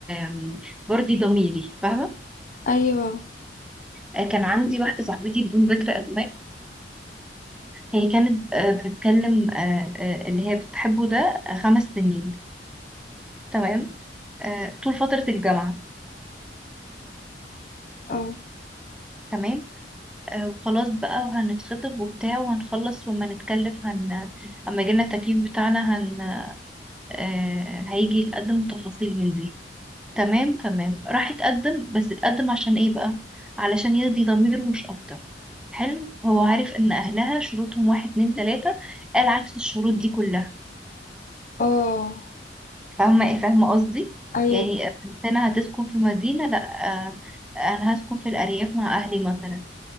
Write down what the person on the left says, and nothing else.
ايوه
اه
اه
ايوه